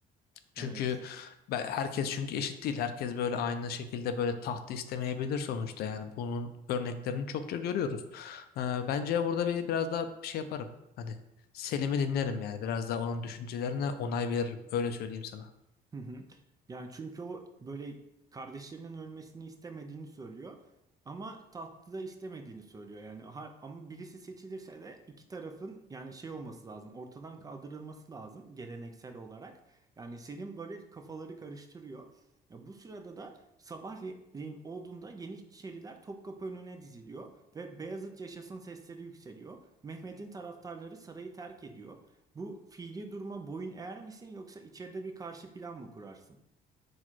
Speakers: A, on the left (about 65°); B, on the right (about 20°).
A: Çünkü
B: Evet.
A: ben- herkes çünkü eşit değil. Herkes böyle aynı şekilde böyle tahtı istemeyebilir sonuçta yani. Bunun örneklerini çokça görüyoruz. Ee, bence burada bir biraz daha bir şey yaparım. Hani Selim'i dinlerim yani. Biraz daha onun düşüncelerine onay veririm. Öyle söyleyeyim sana.
B: Hı hı. Yani çünkü o böyle kardeşlerinin ölmesini istemediğini söylüyor ama tahtı da istemediğini söylüyor. Yani har- ama birisi seçilirse de iki tarafın yani şey olması lazım. Ortadan kaldırılması lazım geleneksel olarak. Yani Selim böyle kafaları karıştırıyor. Ya bu sırada da sabahleyin olduğunda Yeniçeriler Topkapı önüne diziliyor ve Beyazıt yaşasın sesleri yükseliyor. Mehmet'in taraftarları sarayı terk ediyor. Bu fiili duruma boyun eğer misin yoksa içeride bir karşı plan mı kurarsın?